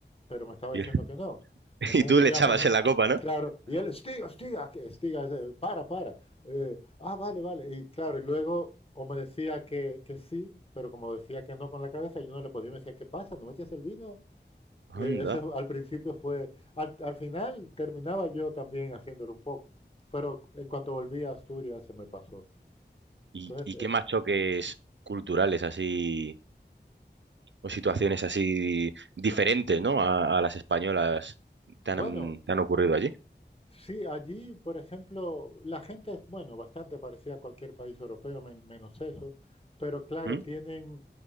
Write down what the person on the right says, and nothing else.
Y,
<laughs>
y tú
le
echabas
en la copa, ¿no?
Anda.
¿Y,
y
qué más choques culturales así o situaciones así diferentes, ¿no? A, a las españolas te
han, te han ocurrido allí?
¿Mm?